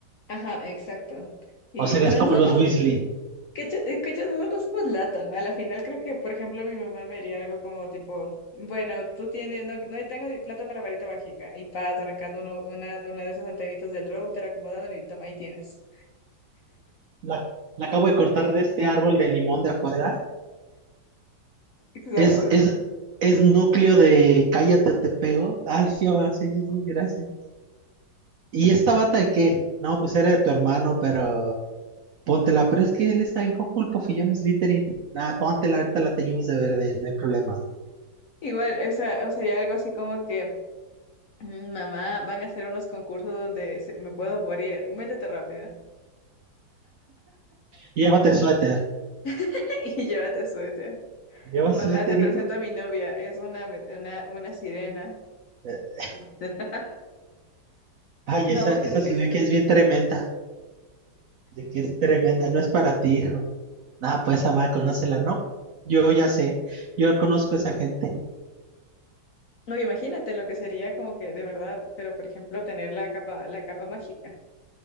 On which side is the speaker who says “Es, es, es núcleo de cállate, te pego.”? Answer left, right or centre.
Right